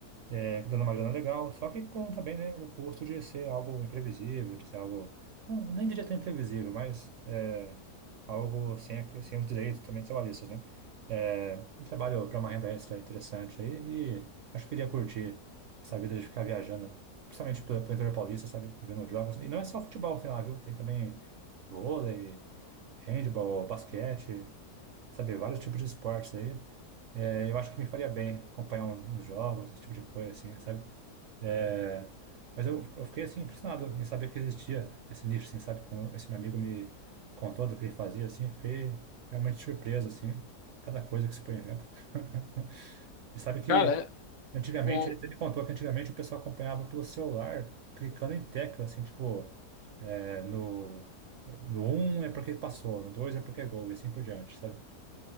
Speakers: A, on the right; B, on the left.
A: é, dando uma grana legal, só que com também, né, o custo de ser algo imprevisível, de ser algo, não, nem diria tão imprevisível, mas é, algo sem, a- sem os direitos também trabalhistas, né? É, um trabalho para uma renda extra interessante aí e acho que iria curtir essa vida de ficar viajando, principalmente pelo pelo interior paulista, sabe? Vendo jogos. E não é só futebol que tem lá, viu? Tem também vôlei, handball, basquete sabe, vários tipos de esportes aí. É, eu acho que me faria bem acompanhar um, uns jogos, esse tipo de coisa, assim, sabe? É, mas eu, eu fiquei, assim, impressionado em saber que existia esse nicho, assim, sabe? Quando esse meu amigo me contou do que ele fazia, assim, fiquei realmente surpreso, assim, cada coisa que se põe inventa <laughs> E sabe que
B: Cara, é-
A: antigamente,
B: o,
A: ele até me contou que antigamente o pessoal acompanhava pelo celular, clicando em tecla, assim, tipo, é, no, no um é porque passou, no 2 é porque é gol, e assim por diante, sabe?